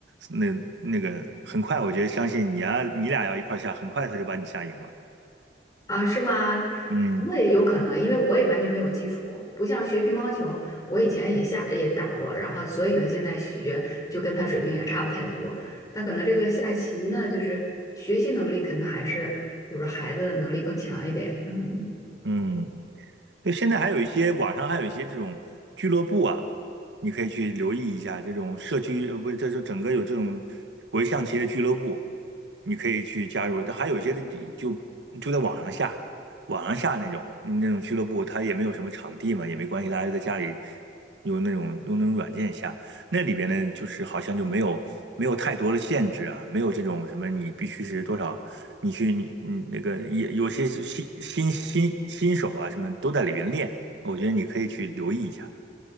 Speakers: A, on the right (about 80°); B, on the left (about 20°).
A: 那那个很快，我觉得相信你啊，你俩要一块儿下，很快他就把你下赢了。
B: 啊，是吗？
A: 嗯
B: 那也有可能，因为我也完全没有基础，不像学乒乓球，我以前也下也打过，然后所以呢，现在学就跟他水平也差不太多。但可能这个下棋呢，就是学习能力可能还是就是孩子的能力更强一点。嗯。
A: 嗯。对，现在还有一些网上还有一些这种俱乐部啊，你可以去留意一下这种社区，呃，不是，这就整个有这种国际象棋的俱乐部，你可以去加入。但还有一些的就就在网上下，网上下那种嗯那种俱乐部，它也没有什么场地嘛，也没关系，大家就在家里用那种用那种软件下，那里边呢就是好像就没有没有太多的限制啊，没有这种什么你必须是多少你去你你那个也有些是新新新新手啊什么都在里边练，我觉得你可以去留意一下。